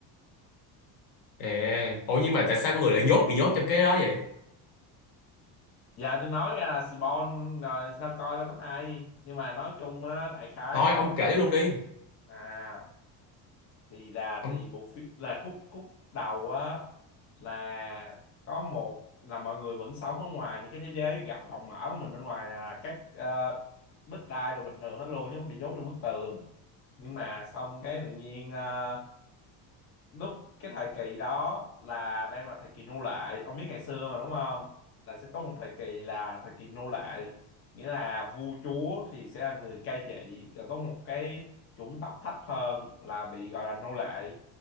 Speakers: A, on the left; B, on the left.
A: À, ủa nhưng mà tại sao con người lại nhốt bị nhốt trong cái đó vậy?
B: dạ tôi nói ra là Seaborn rồi sao coi đâu có hay nhưng mà nói chung á đại khái
A: Thôi
B: á,
A: ông kể luôn đi.
B: à thì là
A: Ông...
B: tại vì bộ phim là khúc khúc đầu á là có một là mọi người vẫn sống ở ngoài những cái thế giới gặp rộng mở của mình bên ngoài là các ờ, đất đai rồi bình thường hết luôn chứ không có bị nhốt trong bức tường nhưng mà xong cái tự nhiên ờ, lúc cái thời kỳ đó là đang là thời kỳ nô lệ ông biết ngày xưa mà đúng không là sẽ có một thời kỳ là thời kỳ nô lệ nghĩa là vua chúa thì sẽ là người cai trị rồi có một cái chủng tộc thấp hơn là bị gọi là nô lệ